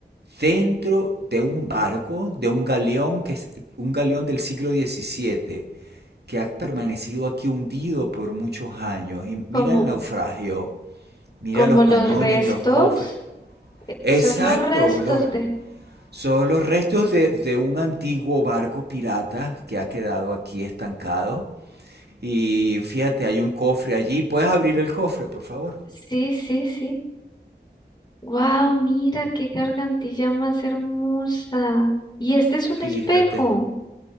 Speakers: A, on the right (about 65°); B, on the left (about 25°).
A: dentro de un barco, de un galeón, que es un galeón del siglo XVII, que ha permanecido aquí hundido por muchos años. Y mira
B: Como,
A: el naufragio, mira
B: como
A: los
B: los
A: cañones,
B: restos.
A: los cofres. Exacto,
B: Son los restos
A: los,
B: de.
A: son los restos de, de un antiguo barco pirata que ha quedado aquí estancado Y fíjate, hay un cofre allí. ¿Puedes abrir el cofre, por favor?
B: Sí, sí, sí. Wow, mira qué gargantilla más hermosa. Y este es un
A: Fíjate,
B: espejo.